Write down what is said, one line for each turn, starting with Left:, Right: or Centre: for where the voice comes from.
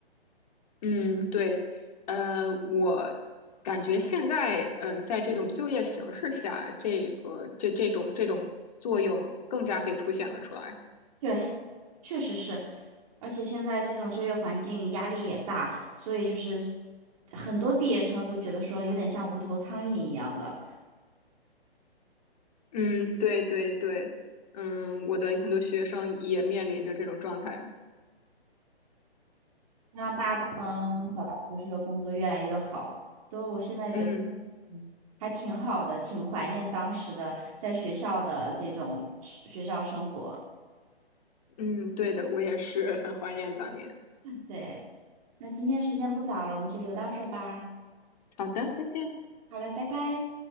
Left: 嗯，对，呃，我感觉现在呃，在这种就业形势下，这个这这种这种作用更加被凸显了出来。
Right: 对，确实是，而且现在这种就业环境压力也大，所以就是很多毕业生都觉得说有点像无头苍蝇一样的，
Left: 嗯，对对对，嗯，我的很多学生也面临着这种状态。
Right: 希望大家都能找到合适的工作，越来越好。都我现在觉得，
Left: 嗯
Right: 嗯还挺好的，挺怀念当时的在学校的这种是学校生活。
Left: 嗯，对的，我也是很怀念当年。
Right: 对，那今天时间不早了，我们就留到这儿吧。
Left: 好的，再见。
Right: 好了，拜拜。